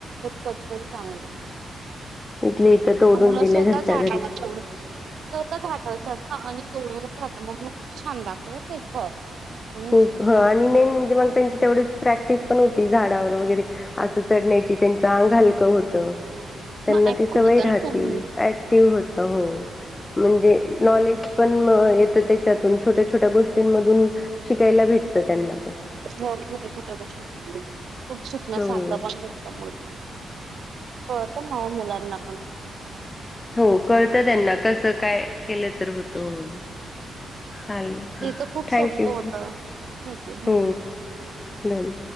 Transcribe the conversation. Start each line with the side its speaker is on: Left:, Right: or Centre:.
Right: पद्ध चांगली
Left: इथले इथं तोडून
Right: ह
Left: दिले
Right: स्वतचाला
Left: घरच्या घरी
Right: तेवढ च च आणि तोडून राहात मग मग छान लागतं काही फळ मी म्हटलं
Left: हो आणि
Right: खा मग
Left: मेन म्हणजे मग त्यांची तेवढीच प्रॅक्टिस पण होती झाडावर वगैरे असं चढण्याची त्यांचं आंग हलकं होतं त्यांना
Right: ऍक्टिव्ह
Left: ती सवय
Right: होतं
Left: राहती
Right: ना मग
Left: ऍक्टिव्ह होता हो म्हणजे नॉलेज पण येत त्याच्यातून छोट्या छोट्या गोष्टींमधून शिकायला भेटत त्यांना पण.
Right: हो थो्या थोट्या गोष्टी सुतण्यासारखं
Left: हो
Right: बंद का म्हणून हो पण हवं मुलांना पण
Left: हो कळत त्यांना कसं काय केलं तर होतं हो चालेल
Right: हे तर खूप
Left: थँक
Right: सोपं
Left: यू
Right: होतं ठीक आहे
Left: हो
Right: धन्यवाद
Left: दन